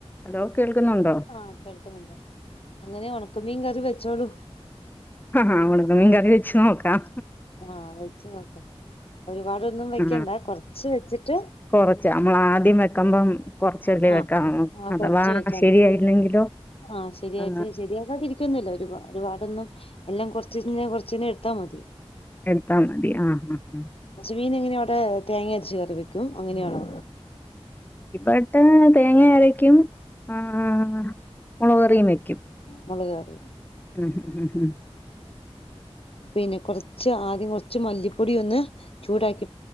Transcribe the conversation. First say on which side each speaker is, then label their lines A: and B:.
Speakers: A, on the left; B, on the left.
A: Hello കേൾക്കുന്നുണ്ടോ
B: ആഹ് കേൾക്കുന്നുണ്ട് അങ്ങനെയ ഉണ ക്ക മീൻകറി വെച്ചോളു
A: ആഹ് ഹ ഉണക്കമീൻ കറി വെച്ച് നോക്കാം
B: ആഹ് വെച്ച് നോക്കാം ഒരുപാടൊന്നും വെക്കണ്ട
A: ആ
B: കൊറച്ച് വെച്ചിട്ട്
A: കൊറച്ച് നമ്മൾ ആദ്യം വെക്കുമ്പം കൊറച്ചല്ലേ
B: ആഹ്
A: വെക്കാം
B: ആഹ്
A: അഥവാ
B: കൊറച്ച് വെക്കാം
A: ശരിയായില്ലെങ്കിലോ
B: ആഹ് ശരിയായിട്ട്
A: ആ
B: ശരിയാക്കാതിരിക്കൊന്നില്ല ഒരു ഒരുപാടൊന്നും എല്ലാം കൊറച്ചിനെ കൊറച്ചിനെ എടുത്താ മതി
A: എടുത്താ മതി ആഹ് ആഹ് ആഹ്
B: മീൻ എങ്ങനെയാ അവിടെ തേങ്ങ അരച്ച് കറി വെക്കൊ അങ്ങനെയാണോ
A: ഇപ്പഴത്തെ തേങ്ങ അരക്കും ആഹ് ഹ ഹ മുളക് കറിയും വെക്കും
B: മുളക് കറിയും
A: മ്മ് മ്മ് മ്മ്
B: പിന്നെ കുറച്ച് ആദ്യം കുറച്ച് മല്ലിപ്പൊടി ഒന്ന് ചൂടാക്കി